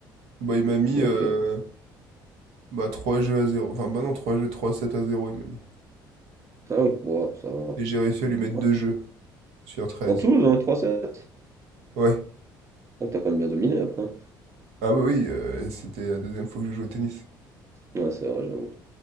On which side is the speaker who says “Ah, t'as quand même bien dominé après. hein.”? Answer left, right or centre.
Right